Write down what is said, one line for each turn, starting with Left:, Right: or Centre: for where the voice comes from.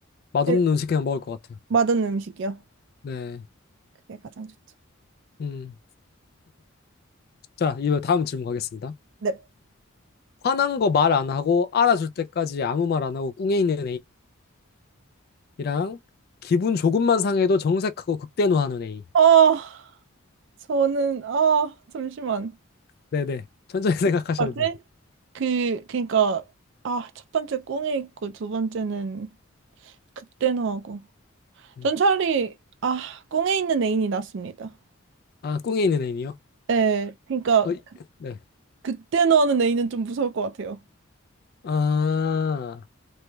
Left: 맛없는
Right: 네,
Left: 음식 그냥 먹을 것 같아요.
Right: 맛없는 음식이요.
Left: 네.
Right: 그게 가장 좋죠.
Left: 음. 자, 이거 다음 질문 가겠습니다.
Right: 네.
Left: 화난 거 말 안 하고 알아줄 때까지 아무 말 안 하고 꿍해 있는 애인이랑 기분 조금만 상해도 정색하고 극대노하는 애인.
Right: 아, 저는, 아, 잠시만.
Left: 네네. 천천히 <laughs> 생각하셔도
Right: 맞지?
Left: 돼요.
Right: 그, 그니까, 아, 첫 번째 꽁에 있고, 두 번째는 극대노하고.
Left: 음.
Right: 전 차라리 아 꽁에 있는 애인이 낫습니다.
Left: 아, 꿍에 있는 애이요
Right: 예, 그러니까
Left: 어, 이- 네.
Right: 극대 노하는 애인은 좀 무서울 것 같아요.
Left: 아,